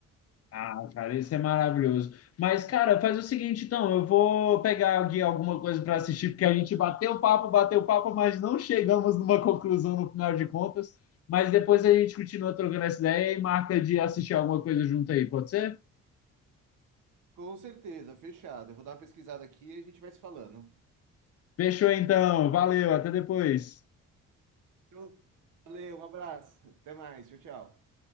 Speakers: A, on the left; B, on the right.
A: Ah, cara, isso é maravilhoso. Mas, cara, faz o seguinte, então, eu vou pegar aqui alguma coisa para assistir, porque a gente bateu papo, bateu papo, mas não chegamos numa conclusão no final de contas. Mas depois a gente continua trocando essa ideia e marca de assistir alguma coisa junto aí, pode ser?
B: Com certeza, fechado. Eu vou dar uma pesquisada aqui e a gente vai se falando.
A: Fechou então, valeu, até depois.
B: Então, Valeu, um abraço. Até mais. Tchau, tchau.